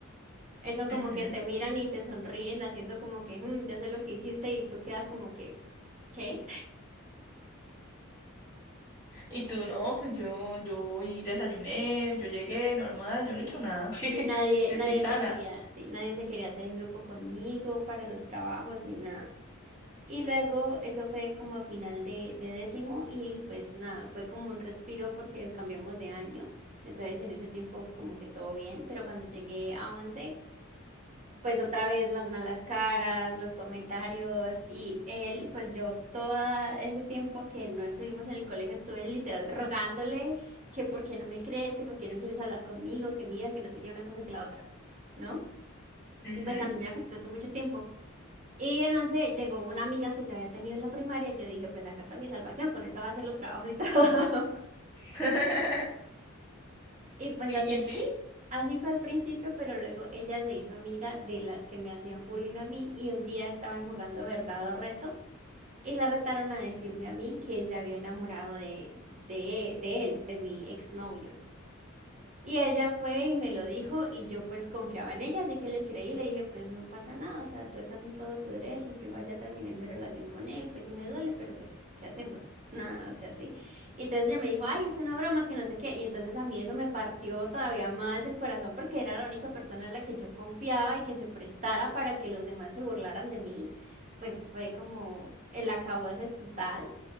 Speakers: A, on the right (about 35°); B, on the left (about 15°).
A: Eso como
B: Ujú.
A: que te miran y te sonríen haciendo como que, "Mm, yo sé lo que hiciste y tú quedas como que, ¿qué?
B: Y tú no, pues yo, yo hoy desayuné, yo llegué normal, yo no
A: Sí.
B: he hecho nada. <laughs>
A: Y nadie,
B: Yo
A: nadie
B: estoy sana.
A: se quería, sí, nadie se quería hacer en grupo conmigo para los trabajos ni nada. Y luego eso fue como a final de, de décimo y pues nada, fue como un respiro porque cambiamos de año. Entonces en ese tiempo como que todo bien, pero cuando llegué a once, pues otra vez las malas caras, los comentarios y él, pues yo todo ese tiempo que no estuvimos en el colegio estuve literal rogándole que por qué no me crees, que por qué no quieres hablar conmigo, que mira, que no sé qué, una cosa que la otra, ¿no?
B: Ujú.
A: Y pues a mí me afectó hace mucho tiempo. Y en once llegó una amiga que yo había tenido en la primaria y yo dije, pues acá está mi salvación, con esta va a hacer los trabajos y todo. <laughs>
B: <laughs>
A: Y pues
B: ¿Y,
A: así,
B: y sí?
A: así fue al principio, pero luego ella se hizo amiga de las que me hacían bullying a mí y un día estaban jugando verdad o reto y la retaron a decirme a mí que se había enamorado de, de, de él, de mi exnovio. Y ella fue y me lo dijo y yo pues confiaba en ella, así que le creí y le dije, pues no pasa nada, o sea, tú estás en todo tu derecho, yo igual ya terminé mi relación con él, pues sí me duele, pero pues, ¿qué hacemos? <laughs> Nada, o sea, sí. Y entonces ella me dijo, ay, es una broma, que no sé qué. Y entonces a mí eso me partió todavía más el corazón porque era la única persona en la que yo confiaba y que se prestara para que los demás se burlaran de mí, pues fue como el acabose total.